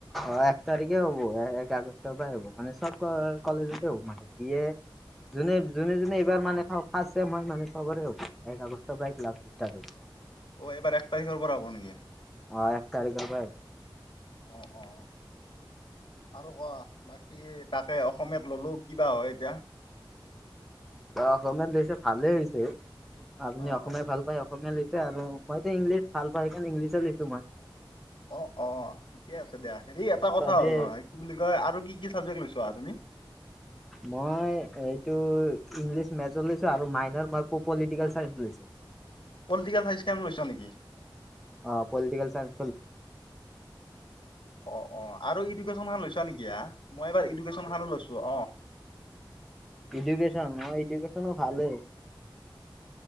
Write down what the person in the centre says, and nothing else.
অ' এক তাৰিখে হ'ব এক আগষ্টৰ পৰা হ'ব মানে চব কলেজতে হ'ব। মানে বি এ যোনে যোনে যোনে এইবাৰ মানে ৰ্ফাষ্ট চেম হয় মানে চবৰে হ'ব। একগষ্টৰ পৰা ক্লাছ ষ্টাৰ্ট হ'ব।
অ', এক তাৰিখৰ পৰা
অসমীয়াত লৈছে ভালেই হৈছে আপুনি
অসমীয়া
ভাল পায় অসমীয়া লৈছে মইতো ইংলিছ ভাল পাই সেইকাৰে ইংলিছে লিছো মই
চবে
মই এইটো ইংলিছ মেছ লৈছো আৰু মাইনৰ মই প পলিটিকেল চাই লৈছো
অ', পলিটিকেল চাইেনছ ক
এডুকেশ্যন এডুকেশ্যনো ভালেই